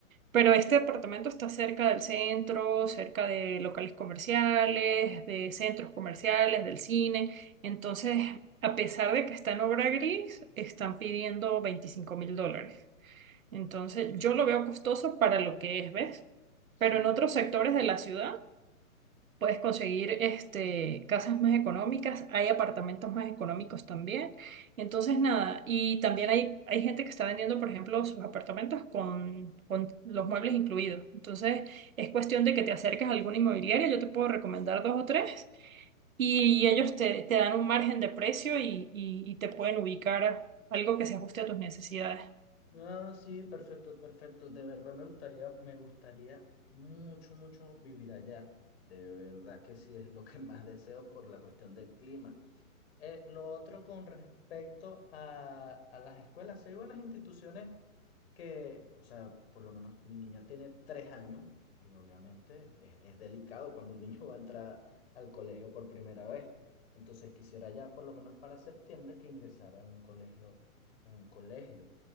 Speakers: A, on the right (about 65°); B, on the left (about 45°).
A: pero este apartamento está cerca del centro, cerca de locales comerciales, de centros comerciales, del cine. Entonces, a pesar de que está en obra gris, están pidiendo veinticinco mil dólares. Entonces, yo lo veo costoso para lo que es, ¿ves?
B: Sí.
A: Pero en otros sectores
B: sí.
A: de la ciudad. Puedes conseguir este, casas más económicas, hay apartamentos más económicos también. Entonces, nada, y también hay, hay gente que está vendiendo, por ejemplo, sus apartamentos con, con los muebles incluidos. Entonces, es cuestión de que te acerques a alguna inmobiliaria, yo te puedo recomendar dos o tres, y ellos te, te dan un margen de precio y, y, y te pueden ubicar algo que se ajuste a tus necesidades.
B: Ah, sí, perfecto, perfecto. De verdad me gustaría, me gustaría mucho, mucho vivir allá. De verdad que sí es lo que <laughs> más deseo por la cuestión del clima. Eh, lo otro con respecto a, a las escuelas, sí hay buenas instituciones que, o sea, p- por lo menos mi niña tiene tres años y obviamente es, es delicado cuando un niño <laughs> va a entrar al colegio por primera vez. Entonces quisiera ya por lo menos para septiembre que ingresara en un colegio, en un colegio.